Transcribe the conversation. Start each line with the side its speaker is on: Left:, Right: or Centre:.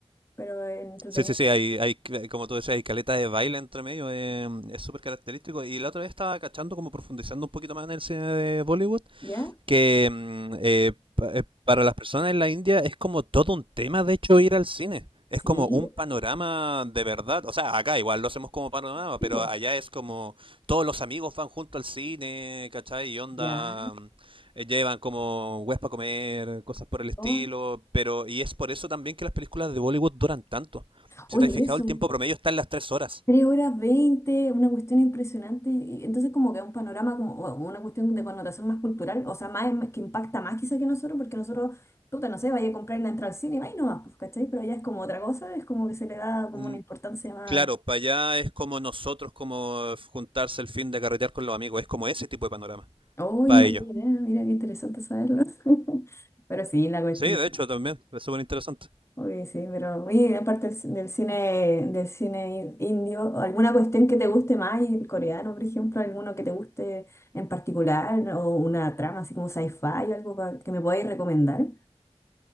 Left: pero entretenido,
Right: Sí, sí, sí, hay, hay, eh, como tú decías, hay caleta de baile entre medio, eh, es súper característico. Y la otra vez estaba cachando, como profundizando un poquito más en el cine de Bollywood,
Left: ¿ya?
Right: que mm, eh, pa- eh, para las personas en la India es como todo un tema, de hecho, ir al cine. Es
Left: Sí,
Right: como un panorama de verdad. O sea, acá igual lo hacemos como panorama,
Left: tipo.
Right: pero allá es como todos los amigos van junto al cine, ¿cachai? Y onda,
Left: Ya.
Right: mm, eh, llevan como huespa para comer, cosas por el estilo.
Left: Oh,
Right: Pero, y es por eso también que las películas de Bollywood duran tanto. Si
Left: oye,
Right: te has fijado,
Left: eso,
Right: el tiempo promedio está en las tres horas.
Left: tres horas veinte, una cuestión impresionante. y Entonces, como que es un panorama, como o una cuestión de connotación más cultural, o sea, más más- que impacta más quizá que nosotros, porque nosotros, puta, no sé, vaya a comprar la entrada al cine, vaya nomás, pues, ¿cachai? Pero allá es como otra cosa, es como que se le da como
Right: Mm,
Left: una importancia más.
Right: Claro, para allá es como nosotros, como eh, juntarse el fin de carretear con los amigos, es como ese tipo de panorama.
Left: Uy,
Right: para
Left: no tenía
Right: ellos.
Left: idea, mira qué interesante saberlo. <laughs> Pero sí, la cuestión.
Right: Sí, de hecho, también. Es súper interesante.
Left: Oye, sí, pero oye, aparte del, ci- del cine del cine in- indio, ¿alguna cuestión que te guste más? Y el coreano, por ejemplo, alguno que te guste en particular, o una trama así como sci-fi, algo pa- que me podáis recomendar,